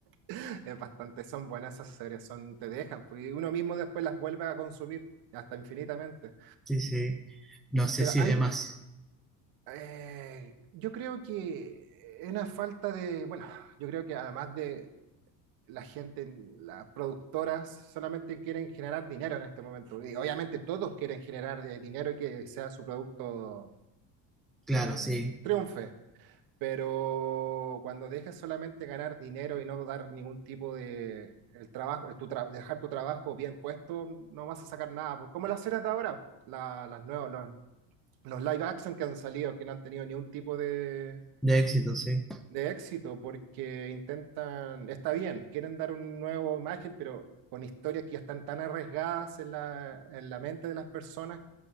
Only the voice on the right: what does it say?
<laughs> Es bastante, son buenas esas series, son, te dejan, pues, y uno mismo después las vuelve a consumir hasta infinitamente.
Pero
hay,
eh, yo creo que es una falta de, bueno, yo creo que además de la gente, las productoras solamente quieren generar dinero en este momento. Y obviamente todos quieren generar eh, dinero y que sea su producto
eh,
triunfe. Pero cuando dejas solamente ganar dinero y no dar ningún tipo de el trabajo, el- tu tra- dejar tu trabajo bien puesto, no vas a sacar nada. pues, Como las series de ahora, la- las nuevas, los, los live action que han salido, que no han tenido ningún tipo de,
de éxito, porque intentan, está bien, quieren dar un nuevo imagen, pero con historias que ya están tan arriesgadas en la, en la mente de las personas